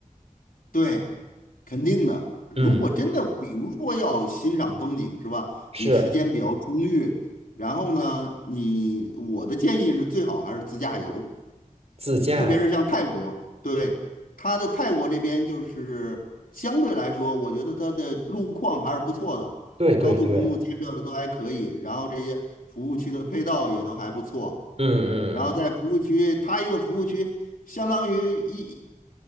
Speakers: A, on the left; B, on the right.
A: 对，肯定的。如果真的，
B: 嗯，
A: 比如说要欣赏风景，是吧？
B: 是
A: 你时间比较充裕，然后呢，你我的建议是最好还是自驾游，
B: 自驾，
A: 特别是像泰国，对，它的泰国这边就是相对来说，我觉得它的路况还是不错的，
B: 对对对，
A: 高速公路建设的都还可以，然后这些服务区的配套也都还不错，
B: 嗯嗯嗯，
A: 然后在服务区，它一个服务区相当于一，